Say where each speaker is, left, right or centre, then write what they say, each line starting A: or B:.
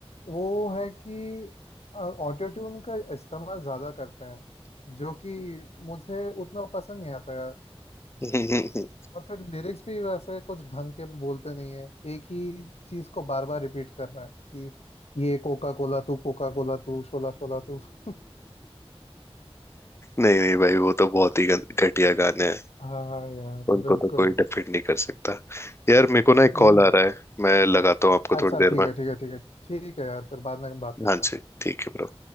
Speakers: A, on the left; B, on the left.
A: वो है कि ऑटो ट्यून का इस्तेमाल ज़्यादा करते हैं जो कि मुझे उतना पसंद नहीं आता
B: नहीं
A: और फिर लिरिक्स भी वैसे कुछ ढंग के बोलते नहीं है एक ही चीज को बार बार रिपीट कर रहे हैं कि ये कोका कोला तू कोका कोला तू शोला शोला तू <laughs>
B: नहीं भाई वो तो बहुत ही गं- घटिया गाने हैं
A: हाँ यार
B: उनको
A: बिल्कुल
B: तो कोई डिफेंड नहीं कर सकता यार मेरे को ना एक कॉल
A: वही
B: आ
A: है
B: रहा है मैं लगाता हूँ आपको
A: अच्छा
B: थोड़ी देर
A: ठीक
B: में
A: है ठीक है ठीक है ठीक है यार फिर बाद में हम बात करते
B: हाँ जी
A: हैं
B: ठीक है ब्रो